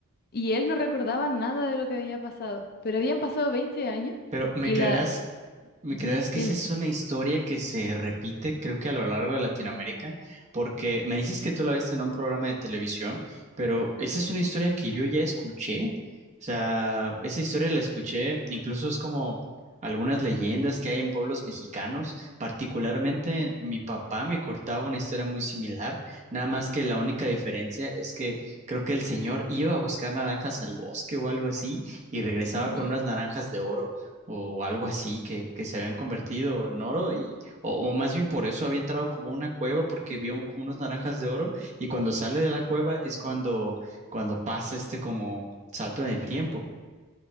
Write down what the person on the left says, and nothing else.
y él no recordaba nada de lo que había pasado, pero habían pasado 20 años
y
la...
Ujú,
dime.
Ujú.